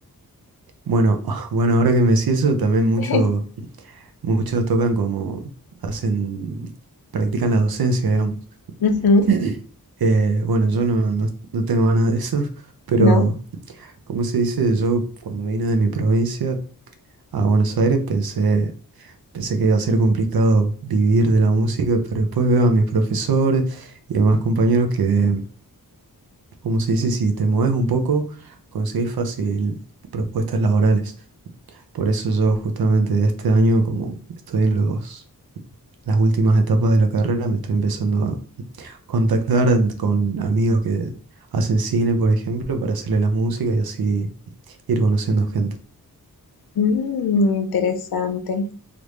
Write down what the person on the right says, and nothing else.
Bueno, <laughs> bueno, ahora que me decís eso, también mucho,
muchos tocan como hacen, practican la docencia, digamos.
<clears throat> Eh, bueno, yo no, no, no tengo ganas de eso, <laughs> pero
¿Cómo se dice? Yo cuando vine de mi provincia a Buenos Aires pensé, pensé que iba a ser complicado vivir de la música, pero después veo a mis profesores y demás compañeros que, ¿cómo se dice? Si te mueves un poco, conseguís fácil propuestas laborales. Por eso yo justamente este año, como estoy en los, las últimas etapas de la carrera, me estoy empezando a contactar en- con amigos que hacen cine, por ejemplo, para hacerle las músicas y así ir conociendo gente.